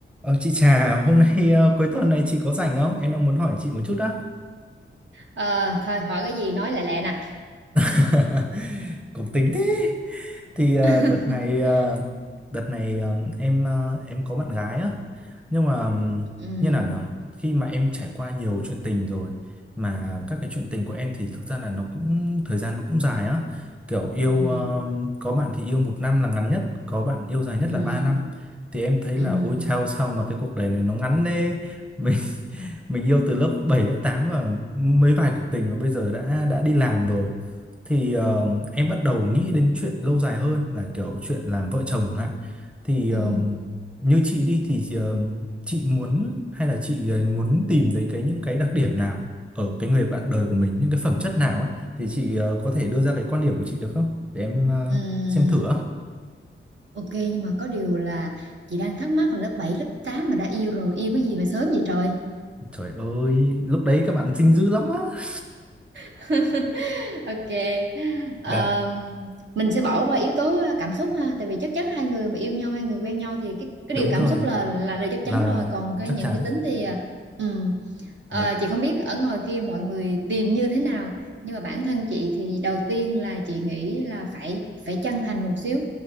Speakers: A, in the centre; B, on the right.
A: Ờ, chị Trà, hôm nay ờ, cuối tuần này chị có rảnh không? Em đang muốn hỏi chị một chút á.
B: Ờ, thôi hỏi cái gì nói lẹ lẹ nè
A: <laughs> Cũng tính thế. Thì ờ,
B: <laughs>
A: đợt này ờ, đợt này ờ, em ờ, em có bạn gái á. Nhưng mà ừm,
B: ừ,
A: như nào nhở? Khi mà em trải qua nhiều chuyện tình rồi mà các cái chuyện tình của em thì thực ra là nó cũng thời gian nó cũng dài á. Kiểu yêu
B: ừ,
A: ờ, có bạn thì yêu một năm là ngắn nhất, có bạn yêu dài nhất
B: ừ,
A: là 3 năm. Thì em thấy
B: ừ,
A: là ôi chao sao mà cái cuộc đời này nó ngắn thế. <laughs> mình yêu từ lớp 7 lớp 8 và mấy vài cuộc tình và bây giờ đã đã đi làm rồi thì ờ, em bắt đầu nghĩ đến chuyện lâu dài hơn là kiểu chuyện làm vợ chồng chẳng hạn thì
B: ừ,
A: ờ, như chị đi thì ờ, chị muốn hay là chị ờ, muốn tìm thấy cái những cái đặc điểm nào ở cái người bạn đời của mình những cái phẩm chất nào ấy thì chị ờ, có thể đưa ra cái quan điểm của chị được không để em ờ,
B: ừ.
A: xem thử á
B: Ok nhưng mà có điều là chị đang thắc mắc là lớp 7 lớp 8 mà đã yêu rồi yêu cái gì mà sớm vậy trời
A: trời ơi lúc đấy các bạn xinh dữ lắm á
B: <laughs> Ok Ờm,
A: dạ
B: mình sẽ bỏ qua yếu tố ờ, cảm xúc ha tại vì chắc chắn hai người mà yêu nhau hai người quen nhau thì cái cái
A: đúng
B: điều cảm
A: rồi
B: xúc là là, là chắc
A: là
B: chắn rồi còn cái
A: chắc
B: những
A: chắn
B: cái tính thì ừ Ờ,
A: dạ
B: chị không biết ở ngoài kia mọi người tìm như thế nào nhưng mà bản thân chị thì đầu tiên là chị nghĩ là phải phải chân thành một xíu